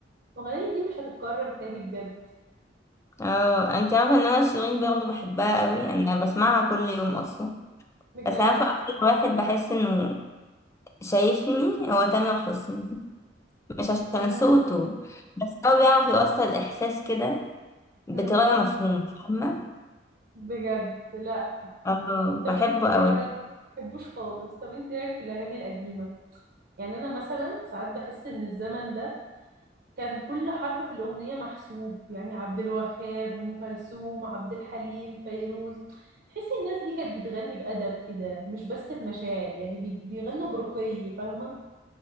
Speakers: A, on the right; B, on the left.
A: الاغنيه دي مش هتتكرر تاني بجد
B: اه انت عارفة ان انا شيرين برضه بحبها أوي يعني انا بسمعها كل يوم اصلا
A: بجد
B: بس عارفة اكتر واحد بحس انه شايفني هو تامر حسني مش عشان
A: مم.
B: صوته بس هو بيعرف يوصل احساس كده بطريقة
A: مم.
B: مفهومة فاهمة
A: بجد لا
B: اه
A: طب
B: بحبه
A: انت ايه
B: أوي
A: رايك مبحبوش خالص طب انت ايه رايك في الاغاني القديمه يعني انا مثلا ساعات بحس ان الزمن ده كان كل حرف في الاغنيه محسوب يعني عبد الوهاب ام كلثوم عبد الحليم فيروز تحسي الناس دي كانت بتغني بادب كده مش بس بمشاعر يعني بي- بيغنوا برقي فاهمه